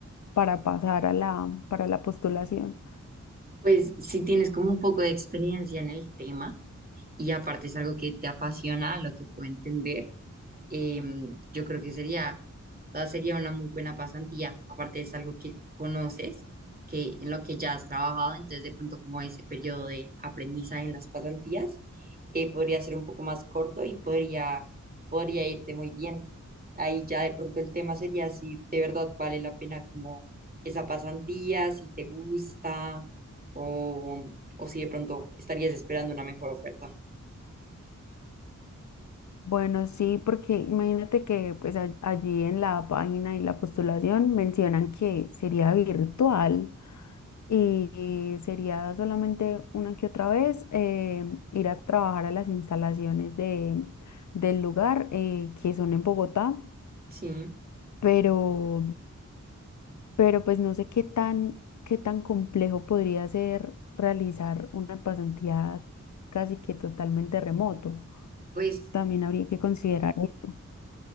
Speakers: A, on the left; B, on the right.
A: para pasar a la, para la postulación.
B: Pues si tienes como un poco de experiencia en el tema y aparte es algo que te apasiona, lo que puedo entender. eh, yo creo que sería, o sea, sería una muy buena pasantía. Aparte es algo que conoces, que en lo que ya has trabajado, entonces de pronto como ese periodo de aprendizaje en las pasantías eh, podría ser un poco más corto y podría, podría irte muy bien. Ahí ya de pronto el tema sería si de verdad vale la pena como esa pasantía, si te gusta o, o si de pronto estarías esperando una mejor oferta.
A: Bueno, sí, porque imagínate que pues a- allí en la página y la postulación mencionan que sería virtual. y sería solamente una que otra vez eh, ir a trabajar a las instalaciones de, del lugar eh, que son en Bogotá,
B: Sí,
A: pero, pero pues no sé qué tan, qué tan complejo podría ser realizar una pasantía casi que totalmente remoto.
B: pues
A: También habría que considerar eso.